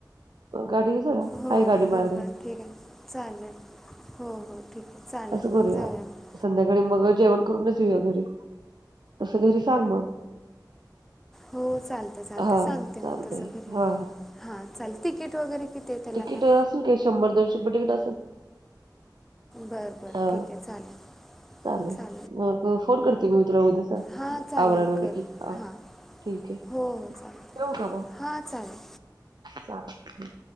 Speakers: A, on the right (about 75°); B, in the centre.
A: गाडी वर जाऊया
B: हो
A: आहे गाडी
B: बरं
A: माझ्याकडे
B: बरं ठीक आहे चालेल हो हो ठीक आहे चालेल
A: असं करूया
B: जाऊया मग
A: संध्याकाळी मग जेवण करूनच येऊया घरी तस घरी सांग मग
B: हो चालतं चालतं
A: हा
B: सांगते
A: चालतंय
B: मग तसं घरी
A: हा
B: हा चाल तिकीट वगैरे किती आहे त्याला
A: तिकीट
B: काय
A: असेल काय शंभर दोनशे रुपये तिकीट असेल
B: बर बर
A: हा
B: ठीक आहे चालेल
A: चालेल
B: चाले
A: मग फोन करते मी तुला उद्यास
B: हां चालेल
A: आवरायला
B: कर
A: कि ह
B: हां
A: ठीक आहे
B: हो हो चालेल
A: ठेवू का मग?
B: हां चालेल
A: चालेल